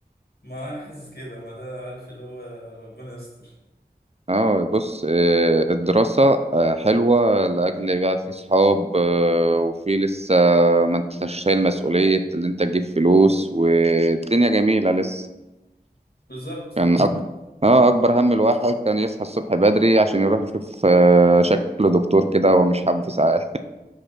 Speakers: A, on the left; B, on the right.
A: ما انا حاسس كده ما ده عارف اللي هو آه، ربنا يستر
B: اه بص آه، الدراسة آه، حلوة لأجل بقى في صحاب آه، وفي لسه ما انتش شايل مسؤولية اللي انت تجيب فلوس والدنيا جميلة لسه
A: بالظبط
B: كان أك... اه اكبر هم الواحد كان يصحى الصبح بدري عشان يروح يشوف آه، شكل دكتور كده هو مش حابه ساعات